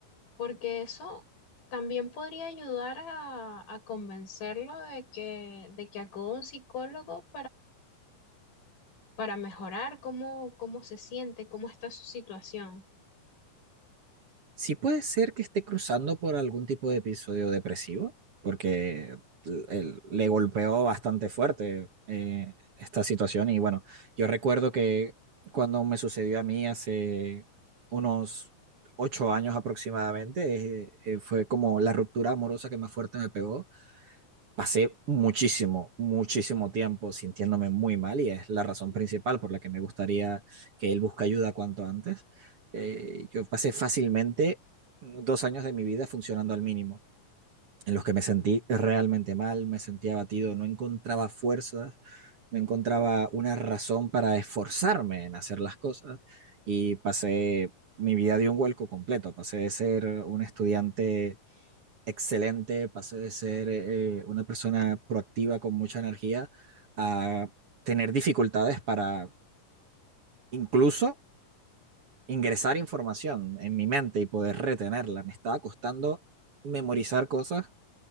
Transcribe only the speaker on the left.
Porque eso también podría ayudar a, a convencerlo de que, de que acuda a un psicólogo para mejorar cómo, cómo se siente, cómo está su situación.